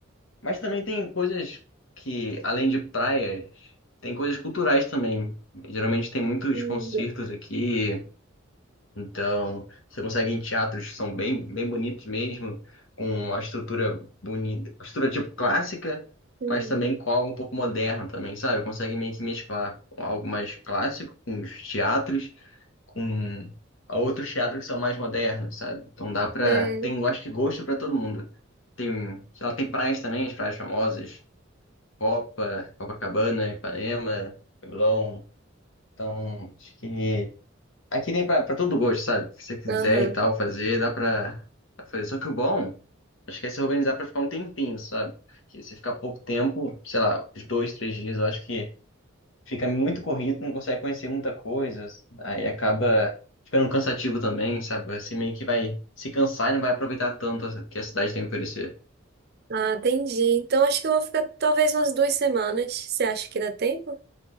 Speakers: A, on the left; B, on the right.
A: Mas também tem coisas que, além de praias, tem coisas culturais também. Geralmente tem muitos
B: Hum,
A: concertos aqui, então você consegue ir em teatros que são bem, bem bonitos mesmo, com uma estrutura bonita, uma estrutura tipo clássica,
B: hum,
A: mas também com algo um pouco moderno também, sabe? Consegue meio que mesclar algo mais clássico com os teatros, com outros teatros que são mais modernos, sabe? Então dá pra...
B: é.
A: tem, eu acho que gosto pra todo mundo. Tem, sei lá, tem praias também, as praias famosas. Copa, Copacabana, Ipanema, Leblon. Então, acho que aqui tem pra, pra todo gosto, sabe? O que você quiser
B: Aham.
A: e tal, fazer, dá pra pra fazer. Só que o bom, acho que é se organizar pra ficar um tempinho, sabe? Que você ficar pouco tempo, sei lá, uns dois, três dias, eu acho que fica muito corrido, não consegue conhecer muita coisa, aí acaba ficando cansativo também, sabe? Você meio que vai se cansar e não vai aproveitar tanto o que a cidade tem a oferecer.
B: Ah, entendi. Então acho que eu vou ficar talvez umas duas semanas. Você acha que dá tempo?